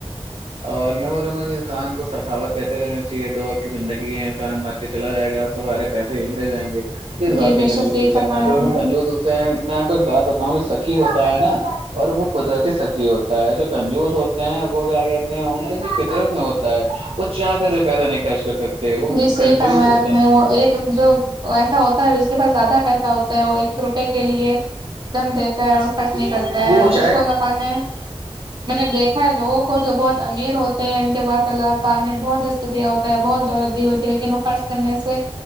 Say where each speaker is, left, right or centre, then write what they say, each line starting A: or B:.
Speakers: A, on the right; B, on the right.
A: اور میں بولوں گا کہ انسان کو سخاوت کرتے رہنا چاہیے دو وقت کی زندگی ہے انسان مر کے چلا جائے گا اس کا سارے پیسے یہی رہ جائیں گے کس
B: جی
A: بات کی
B: بے
A: کنجوسی
B: شک صحیح فرمایا
A: کرنا جو
B: آپ
A: لوگ
B: نے
A: کنجوز ہوتے ہیں میں آپ کو ایک بات بتاؤں جو سخی ہوتا ہے نا اور وہ قدرتی سخی ہوتا ہے جو کنجوس ہوتے ہیں وہ کیا کہتے ان ان کی فطرت میں ہوتا ہے وہ چاہ کر بھی پیسے نہیں خرچ کر سکتے وہ
B: جی صحیح
A: کنجوس
B: فرمایا
A: ہوتے
B: وہ
A: ہیں
B: ایک جو ایسا ہوتا ہے اس کے پاس زیادہ پیسہ ہوتا ہے وہ ایک ایک روپے کے لیے دم دیتا ہے اور کٹ نہیں کرتا ہے
A: وہ
B: جس
A: چاہے
B: کولا پاننے میں نے دیکھا ہے لوگوں کو جو بہت امیر ہوتے ہیں ان کے پاس اللہ پاک نے بہت رزق دیا ہوتا ہے بہت دولت دی ہوتی ہے لیکن وہ خرچ کرنے سے